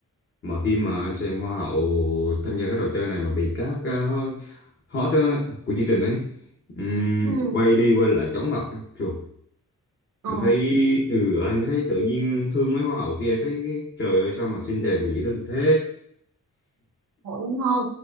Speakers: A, on the left (about 35°); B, on the right (about 70°).
A: mà khi mà anh xem hoa hậu tham gia cái trò chơi này mà bị các à, hot á, của chương trình ấy Ừm,
B: Ừ.
A: quay đi quay lại chóng mặt á. chùa
B: Ờ.
A: anh thấy ừ, anh thấy tự nhiên thương mấy hoa hậu kia thấy trời ơi sao mà xinh đẹp mà dễ thương thế
B: tội em hơn